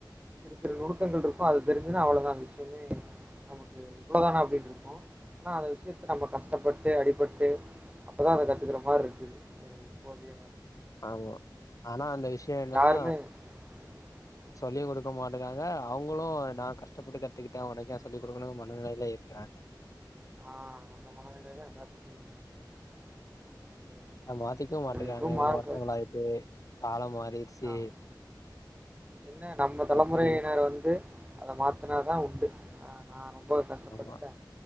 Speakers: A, on the right; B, on the left.
A: சிறு சிறு நுணுக்கங்கள்ருக்கு அது தெரிஞ்சுதுனா அவ்வளதா அந்த விஷ்யமே நமக்கு இவ்வளதானா அப்டின்ருக்கு ஆனா அந்த விஷயத்த நம்ம கஷ்டப்பட்டு அடிபட்டு அப்பதா அத கத்துக்குற மாரி இருக்குது இப்போதய
B: ஆமா ஆனா அந்த விஷ்யோ என்னனா
A: யாருமே <inaudible>
B: சொல்லியு குடுக்க மாட்டிக்காங்க அவுங்களு நா கஷ்டப்பட்டு கத்துக்குட்ட உனக்கு எ சொல்லிக்குடுக்கணு மனநிலைல இருக்கறாங்க
A: ஆ அந்த மனநிலைதா எல்லாத்துக்கு இருக்குது <inaudible>
B: அத மாத்திக்கு மாட்டிகாங்க
A: அது எப்பவும்
B: இவ்ளோ
A: மாறப்போது.
B: வர்ஷங்கள் ஆயிர்ச்சு காலம் மாறிருச்சு
A: ஆமா. என்ன நம்ம தலைமுறையினர்
B: துணி
A: வந்து அத மாத்துனாதா உண்டு ஆ நா ரொம்பவே கஷ்டப்பட்டுடே
B: ஆமா,